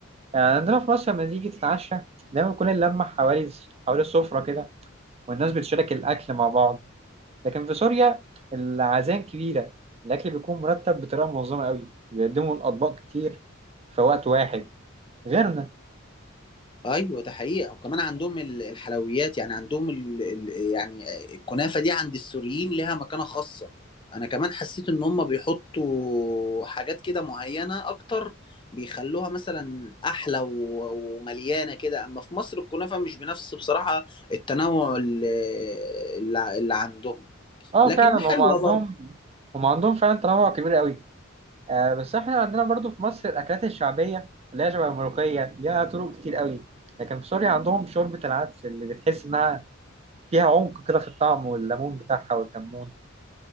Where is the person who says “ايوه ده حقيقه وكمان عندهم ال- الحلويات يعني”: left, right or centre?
Left